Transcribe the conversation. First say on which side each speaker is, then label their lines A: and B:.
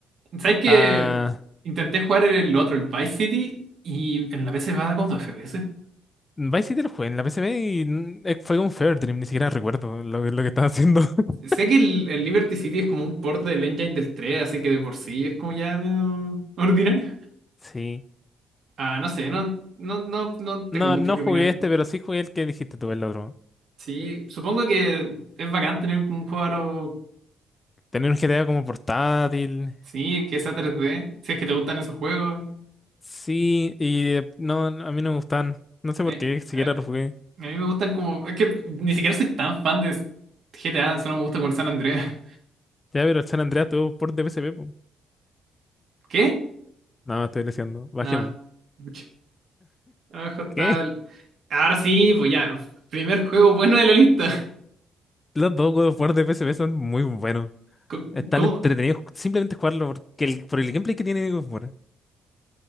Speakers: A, on the right (about 60°); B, on the left (about 25°).
A: ¿Sabes que
B: Ah,
A: Intenté jugar el otro, el Vice City, y en la PC va como 2 FPS.
B: Vice City lo jugué en la PSP y n- eh, fue un Fair Dream, ni siquiera recuerdo lo, lo que estaba haciendo. <laughs>
A: Sé que el, el Liberty City es como un port del engine del tres así que de por sí es como ya medio <laughs> ordinario.
B: Sí.
A: Ah, no sé, no,
B: N-
A: no, no, no
B: No,
A: tengo mucho
B: no
A: que
B: jugué
A: opinar.
B: este, pero sí jugué el que dijiste tú, el otro.
A: Sí, supongo que es bacán tener como un juego aro,
B: Tenía un GTA como portátil.
A: sí, que sea tres d si es que te gustan esos juegos.
B: Sí, y eh, no, no, a mí no me gustaban. No sé por
A: Eh,
B: qué, siquiera
A: A, a
B: lo jugué.
A: mí me gustan como, es que ni siquiera soy tan fan de GTA, solo me gusta con el San Andreas. <laughs>
B: Ya, pero el San Andreas tuvo port de PSP, po.
A: ¿Qué?
B: No, estoy deseando. Bajemos.
A: Ah, pucha. abajo está...
B: ¿Qué?
A: el- Ahora sí, pues ya, primer juego bueno de la lista.
B: <laughs> Los dos juegos of War de PSP son muy buenos.
A: <laughs> Co-
B: Están
A: ¿Cómo?
B: entretenidos simplemente jugarlo porque el, por el gameplay que tiene God of War.